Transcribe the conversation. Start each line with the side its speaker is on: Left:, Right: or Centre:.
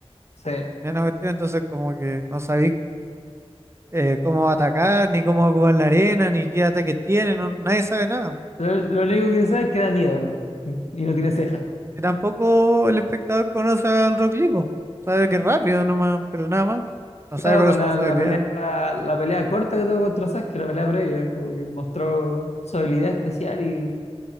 Left: Sí.
Right: ni una cuestión, entonces como que no sabéis eh, cómo atacar, ni cómo ocupar la arena, ni qué ataques tiene, no, nadie sabe nada.
Left: Lo, lo único que sé es que da miedo y no tiene cejas.
Right: Y Tampoco el espectador conoce al Rock Lee, po. Sabe que es rápido nomás, pero nada más. No
Left: Claro,
Right: sabe cuáles
Left: por la,
Right: son sus
Left: la
Right: habilidades.
Left: pelea, la pelea corta que tuvo contra Sasuke, la pelea previa, como que mostró su habilidad especial y,